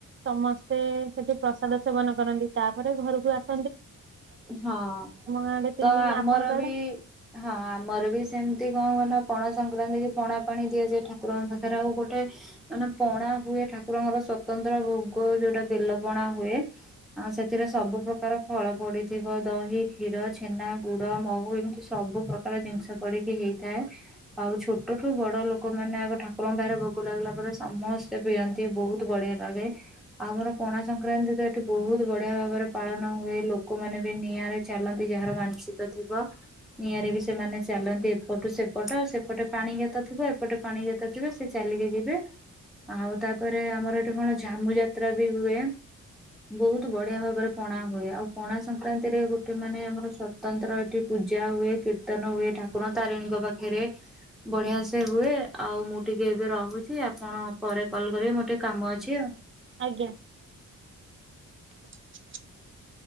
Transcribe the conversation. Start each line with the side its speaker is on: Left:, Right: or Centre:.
Right: ସମସ୍ତେ ସେଠି ପ୍ରସାଦ ସେବନ କରନ୍ତି। ତାପରେ ଘରକୁ ଆସ
Centre: ହଁ
Right: ଗାଁରେ ତିନି
Centre: ତ
Right: ଦିନ
Centre: ଆମର
Right: ଆପଣଙ୍କ ଆଡେ
Centre: ବି ହଁ ଆମର ବି ସେ ସେମତି କଣ ହୁ ନା ପଣା ସଂକ୍ରାନ୍ତି କି ପଣା ପାଣି ଦିଆଯାଏ ଠାକୁରଙ୍କ ପାଖରେ। ଆଉ ଗୋଟେ ମାନେ ପଣା ହୁଏ ଠାକୁରଙ୍କର ସୋତନ୍ତ୍ର ଭୋଗ ଯୋଉଟା ବେଲପଣା ହୁଏ। ସେଥିରେ ସବୁ ପ୍ର ପ୍ରକାର ଫଳ ପଡିଥିବ। ଦହି କ୍ଷୀର ଛେନା ଗୁଡ ମହୁ ଏମିତି ସବୁ ପ୍ରକାର ଜିନିଷ ପଡି ହେଇଥାଏ ଆଉ ଛୋଟଠୁ ବଡ ଲୋକ ମାନେ ଆଗ ଠାକୁରଙ୍କ ବାହାରେ ଭୋଗ ଲାଗିଲା ପରେ। ସମସ୍ତେ ପିଅନ୍ତି ବହୁତ ବଢିଆ ଲାଗେ। ଆଉ ଆମର ପଣା ସଂକ୍ରାନ୍ତି ତ ଏଠି ବହୁତ ବଢିଆ ଭାବରେ ପାଳନ ହୁଏ ଲୋକମାନେ ବି ନିଆଁରେ ଚାଲନ୍ତି ଯାହାର ମାନସିକ ଥିବ। ନିଆଁରେ ବି ସେମାନେ ଚାଲନ୍ତି। ଏପଟୁ ସେପଟ ସେପଟେ ପାଣି ଗାତ ଥିବ ଏପଟେ ପାଣି ଗାତ ଥିବ ସେ ଚାଲିକି ଯିବେ। ଆଉ ତାପରେ ଆମର ଏଠି କଣ ଝାମୁ ଯାତ୍ରା ବି ହୁଏ। ବହୁତ ବଢିଆ ଭାବରେ ପଣା ହୁଏ ଆଉ ପଣା ସଂକ୍ରାନ୍ତିରେ ଗୋଟେ ମାନେ ଆମର ସ୍ଵତନ୍ତ୍ର ଏଠି ପୂଜା ହୁଏ କୀର୍ତନ ହୁଏ। ଠାକୁର ତାରିଣୀଙ୍କ ପାଖରେ ବଢିଆ ସେ ହୁଏ ଆଉ ମୁଁ ଟିକେ ଏବେ ରହୁଛି। ଆପଣ ପରେ କଲ କରିବେ ମୋର ଟିକେ କାମ ଅଛି ଆଉ।
Right: ଆଜ୍ଞା। <inaudible>